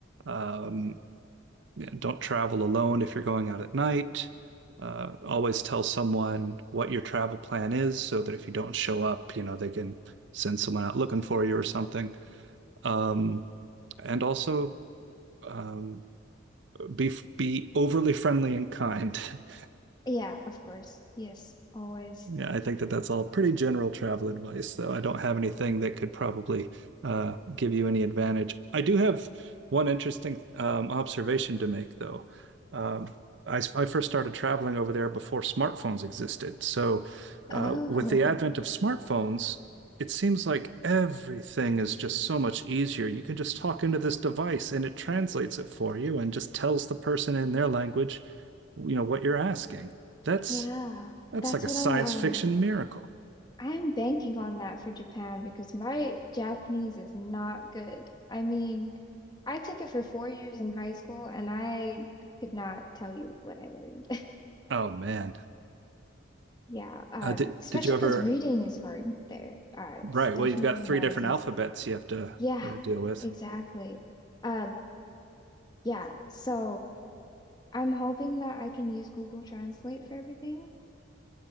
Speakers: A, on the right; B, on the left.
A: um, Don't travel alone if you're going out at night. Uh, always tell someone what your travel plan is so that if you don't show up, you know, they can send someone out looking for you or something. Um, and also um, be be overly friendly and kind. <laughs>
B: Yeah, of course. Yes, always.
A: Yeah, I think that that's all pretty general travel advice, though. I don't have anything that could probably uh, give you any advantage. I do have one interesting um, observation to make, though. Um, I, I first started traveling over there before smartphones existed. So, uh,
B: Oh,
A: with the advent of smartphones, it seems like everything is just so much easier. You can just talk into this device and it translates it for you and just tells the person in their language, you know, what you're asking. That's
B: <laughs> yeah.
A: that's
B: That's
A: like a
B: what
A: science
B: I'm um
A: fiction miracle.
B: I'm banking on that for Japan because my Japanese is not good. I mean, I took it for four years in high school and I could not tell you what I learned. <laughs>
A: Oh man.
B: Yeah, um,
A: Uh, did
B: especially
A: did you ever?
B: because reading is hard there. Uh,
A: Right.
B: it's definitely
A: Well, you've got three
B: not
A: different
B: as easy.
A: alphabets you have to
B: Yeah,
A: uh, deal with.
B: exactly. Um, yeah, so I'm hoping that I can use Google Translate for everything.